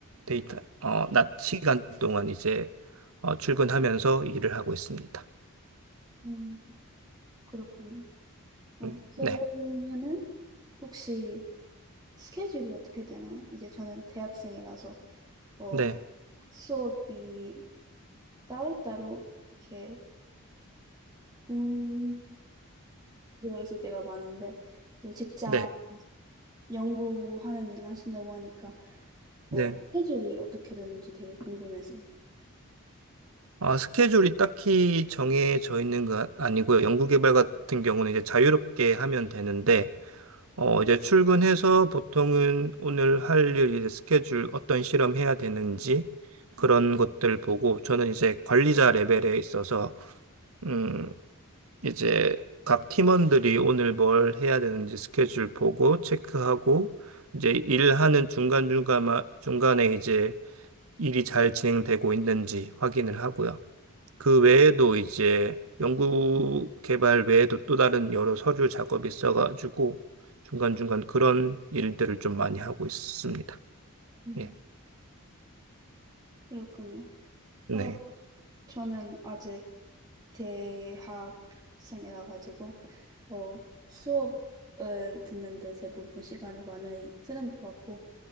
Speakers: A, on the right (about 65°); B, on the right (about 20°).
A: 데이터, 어, 낮 시간 동안 이제 어, 출근하면서 일을 하고 있습니다.
B: 음, 그렇군요. 어,
A: 음,
B: 그러면은
A: 네,
B: 혹시 스케줄이 어떻게 되나요? 이제 저는 대학생이라서 어,
A: 네,
B: 수업이 따로따로 이렇게 분포되어 있을 때가 많은데 또 직장
A: 네,
B: 연구하는 일을 하신다고 하니까 어,
A: 네.
B: 스케줄이 어떻게 되는지 되게 궁금해서.
A: 아, 스케줄이 딱히 정해져 있는 건 아니고요. 연구 개발 같은 경우는 이제 자유롭게 하면 되는데, 어, 이제 출근해서 보통은 오늘 할 일, 이제 스케줄, 어떤 실험 해야 되는지 그런 것들 보고 저는 이제 관리자 레벨에 있어서, 음, 이제 각 팀원들이 오늘 뭘 해야 되는지 스케줄 보고 체크하고 이제 일하는 중간중간, 중간에 이제 일이 잘 진행되고 있는지 확인을 하고요. 그 외에도 이제 연구 개발 외에도 또 다른 여러 서류 작업이 있어가지고 중간중간 그런 일들을 좀 많이 하고 있습니다.
B: 음,
A: 예.
B: 그렇군요.
A: 네.
B: 어, 저는 아직 대학생이라 가지고 어, 수업을 듣는데 대부분 시간을 많이 쓰는 것 같고